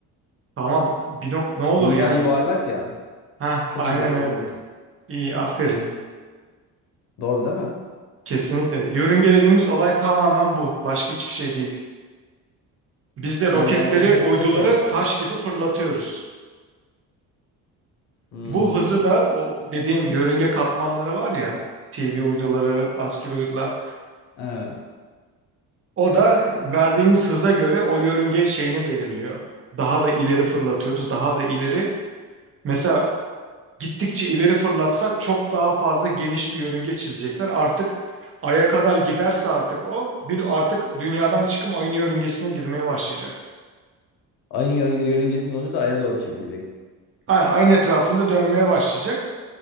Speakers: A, on the right; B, on the left.
A: Tamam. Bir nok ne olur
B: Dünya
A: yani?
B: yuvarlak ya.
A: Ha,
B: Çok
A: aynen
B: hızlı fırlatırsan.
A: öyle. İyi aferin.
B: Doğru değil mi?
A: Kesinlikle. Yörünge dediğimiz olay tamamen bu. Başka hiçbir şey değil. Biz de
B: Ha
A: roketleri,
B: yani o biz
A: uyduları
B: o taş olacağız
A: taş
B: yani.
A: gibi fırlatıyoruz.
B: Hmm.
A: Bu hızı da o dediğim yörünge katmanları var ya TV uyduları, askeri uydular.
B: Evet.
A: O da verdiğimiz hıza göre o yörünge şeyini belirliyor. Daha da ileri fırlatıyoruz, daha da ileri. Mesela gittikçe ileri fırlatsak çok daha fazla geniş bir yörünge çizecekler. Artık Ay'a kadar giderse artık o, bir artık dünyadan çıkıp aynı yörüngesine girmeye başlayacak.
B: Ayın yör- yörüngesinde olunca da aya doğru çekilecek.
A: Ay- Ayın etrafında dönmeye başlayacak